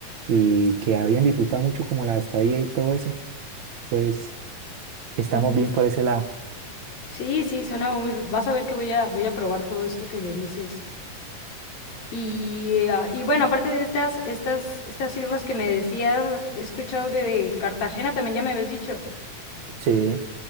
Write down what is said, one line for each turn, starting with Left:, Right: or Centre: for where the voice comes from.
Right: y que habían disfrutado mucho como la estadía y todo eso. Entonces, estamos
Left: Mm.
Right: bien por ese lado.
Left: Sí, sí, suena muy... Vas a ver que voy a, voy a probar todo esto que me dices. Y, ah, y bueno, aparte de estas, estas, estas islas que me decías, he escuchado de, de Cartagena también, ya me habías dicho.
Right: Sí,